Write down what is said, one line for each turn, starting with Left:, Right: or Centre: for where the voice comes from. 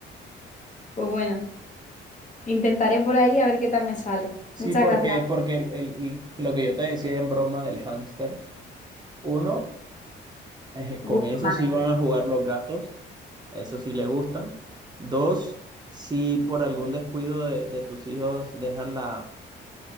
Left: Pues bueno, intentaré por ahí a ver qué tal me sale.
Right: Sí,
Left: Muchas
Right: porque,
Left: gracias.
Right: porque el- el- lo que yo te decía en broma del hámster, uno, eh,
Left: Huele
Right: con eso
Left: mal,
Right: sí van a jugar los gatos, a eso sí le gustan. Dos, si por algún descuido de, de tus hijos dejan la